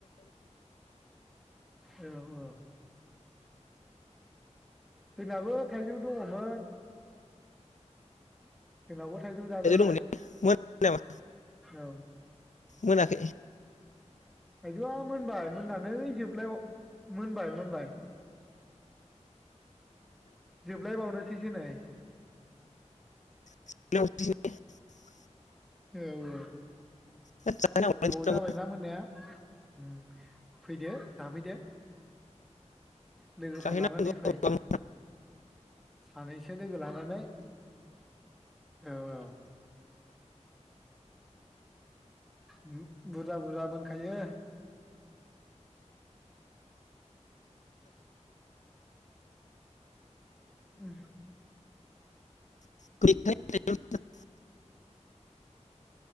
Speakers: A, in the centre; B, on the left.
A: औ औ जोंनाबो थाइजौ दङमोन जोंनावबो थाइजौ जाजायो
B: मोनाखै नामा
A: औ
B: मोनाखै
A: थायजौआ मोनबाय मोननानै जोबलाय मोनबाय मोनबाय जोबलायबावनोसैसो नै
B: <inaudible>
A: <unintelligible>
B: जाहैनांगौ
A: गोबाव जाबायना मोननाया? हम फैदो जाफैदो लोगोफोर
B: जाहैनांगौ
A: लानानै फै सानैसो लोगो लानानै औ औ उम बुरजा बुरजा मोनखायो। उम
B: <inaudible>